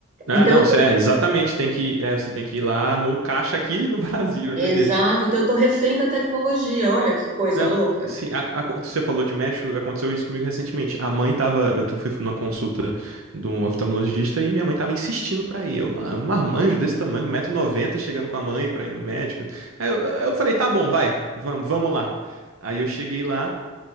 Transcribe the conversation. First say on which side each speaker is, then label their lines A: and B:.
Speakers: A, on the right; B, on the right.
A: Ah,
B: Então,
A: não,
B: eu tô...
A: cê- é, exatamente. Tem que, é, você tem que ir lá no caixa aqui no <laughs> Brasil,
B: exato,
A: é doideira.
B: então eu tô refém da tecnologia. Olha que coisa
A: Não,
B: louca.
A: sim, a- a- você falou de médico, aconteceu isso comigo recentemente. A mãe tava, eu tu- fui numa consulta de um oftalmologista e minha mãe tava insistindo pra ir. Eu, uma- um marmanjo desse tamanho, 190 noventa, chegando com a mãe pra ir no médico. Aí eu, eu falei, tá bom, vai, vamos, vamos lá. Aí eu cheguei lá,